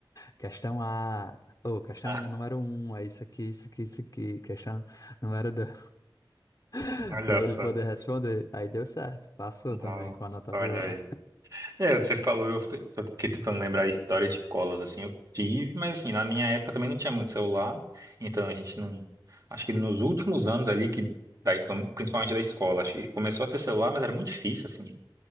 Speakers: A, on the left; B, on the right.
A: Questão A. Ou, questão
B: Ah,
A: número um, é isso aqui, isso aqui, isso aqui. Questão número dois, <laughs>
B: olha
A: para
B: só.
A: ele poder responder. Aí deu certo, passou
B: Nossa,
A: também com a nota boa.
B: olha aí. É, você falou, eu fiquei eu fiquei tentando lembrar histórias de escolas assim, eu tive, mas assim, na minha época também não tinha muito celular, então a gente não, acho que nos últimos anos ali, que da- então, principalmente da escola, acho que começou a ter celular, mas era muito difícil, assim,